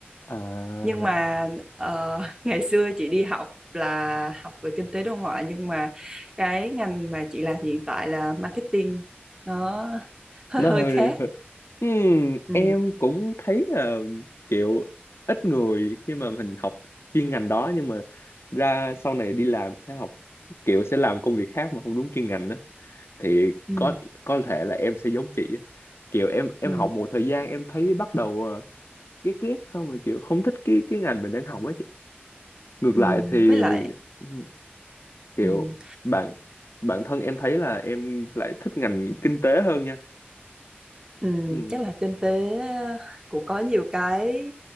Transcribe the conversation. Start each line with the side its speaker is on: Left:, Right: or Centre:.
Left: à
Right: nhưng mà ờ, <laughs> ngày xưa chị đi học là học về kinh tế đối ngoại nhưng mà cái ngành mà chị làm hiện tại là marketing nó <laughs> hơi
Left: nó
Right: hơi
Left: hơi
Right: khác
Left: <laughs> Ừm,
Right: Ừ.
Left: em cũng thấy là kiểu ít người khi mà mình học chuyên ngành đó nhưng mà ra sau này đi làm sẽ học kiểu sẽ làm công việc khác mà không đúng chuyên ngành đó thì
Right: ừ
Left: có có thể là em sẽ giống chị á. kiểu em em
Right: ừ
Left: học một thời gian em thấy bắt đầu ờ, ghét ghét không mà kiểu không thích cái cái ngành mình đang học ấy chị. ngược
Right: Ừ,
Left: lại thì
Right: với lại
Left: ừm, kiểu
Right: ừ,
Left: bạn bản thân em thấy là em lại thích ngành kinh tế hơn nha
Right: ừ,
Left: Ừm,
Right: chắc là kinh tế ờ, cũng có nhiều cái